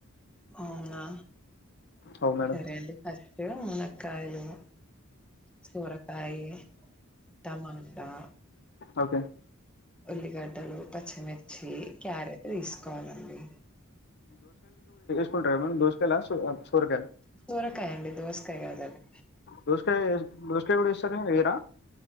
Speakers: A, in the centre; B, on the left.
A: అవునా
B: అవు మేడం
A: సరే అండి ఫస్ట్ మునకాయలు సొరకాయి టమాటా
B: ఓకే
A: ఉల్లిగడ్డలు పచ్చిమి ర్చి క్యారెట్ తీసుకోవాలండి
B: <unintelligible> దోసకాయల, సొరకాయల
A: సోరకాయ అండి దోసకాయ కాదు అది
B: దోస్కాయ్ దోసకాయ కూడా ఎస్తారు ఎయ్యరా